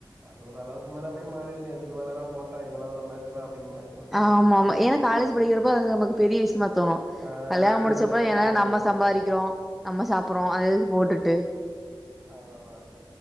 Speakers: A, on the right; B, in the centre.
A: அது ஒரு அளவுக்கு மேல அப்டியே மாறிடுங்க இதுக்கு மேல எல்லா போட்டா இதெல்லா ஒரு மேட்டரா அப்டின்னு மாரி தோணிடும்.
B: ஆமா ஆமா ஏனா காலேஜ் படிக்கிறப்போ அது நமக்கு பெரிய விஷயமா தோணு
A: ஆ
B: கல்யாணம்
A: வெளிய
B: முடிச்சப்ப
A: போய் சாப்பிடுறேன்.
B: ஏன்ன நம்ம சம்பாதிக்கிறோ நம்ம சாப்பிடுறோ அது எதுக்கு போட்டுட்டு
A: அவ்ளதா